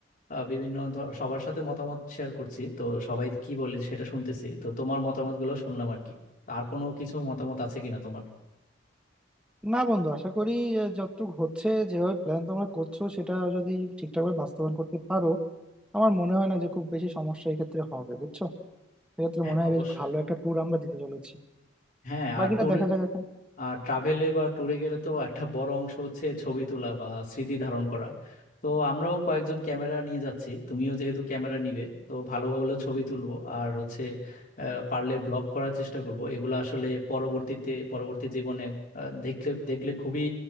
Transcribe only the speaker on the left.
আহ, বিভিন্ন ধ- সবার সাথে মতামত শেয়ার করছি তো সবাই কি বলে সেটা শুনতেছি তো তোমার মতামতগুলো শুনলাম আর কি আর কোনো কিছু মতামত আছে কিনা তোমার
হ্যাঁ
অবশ্যই
হ্যাঁ
আর ট্যুরে
আর ট্রাভেলে বা ট্যুরে গেলে তো একটা বড় অংশ হচ্ছে ছবি তোলা বা স্মৃতি ধারণ করা তো আমরাও কয়েকজন ক্যামেরা নিয়ে যাচ্ছি তুমিও যেহেতু ক্যামেরা নিবে তো ভালো ভালো ছবি তুলবো আর হচ্ছে আহ, পারলে ব্লগ করার চেষ্টা করব এগুলো আসলে পরবর্তীতে পরবর্তী জীবনে আহ, দেখলে দেখলে খুবই